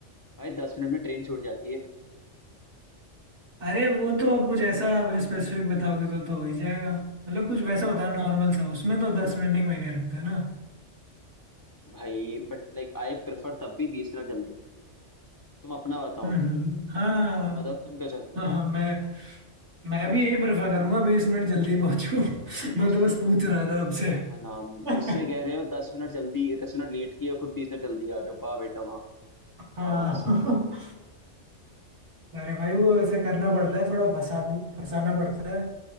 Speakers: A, on the left; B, on the right.
A: भाई दस मिनट में ट्रेन छूट जाती है
B: अरे वो तो आप कुछ ऐसा स्पेसिफिक बताओगे तो तो हो ही जाएगा मतलब कुछ वैसा बताओ नॉर्मल सा उसमें तो दस मिनट नहीं मायने रखता है ना
A: भाई बट लाइक आई प्रेफर तब भी बीस मिनट जल्दी तुम अपना बताओ
B: हम्म हम्म, हम्म। हाँ
A: तुम बताओ तुम क्या चॉइस करोगे
B: हाँ हाँ मैं मैं भी यही प्रेफर करूंगा बीस मिनट जल्दी पहुंचूं <laughs>
A: हाँ तो मुझसे
B: मैं तो बस पूछ
A: तो
B: रहा था आपसे
A: हाँ ना मुझसे
B: <laughs>
A: कह रहे हो दस मिनट जल्दी दस मिनट लेट किए और खुद बीस मिनट जल्दी आ रहे हो वाह बेटा वाह
B: हाँ
A: शाबाश
B: अरे भाई वो ऐसा करना पड़ता है थोड़ा फंसा फंसाना पड़ता है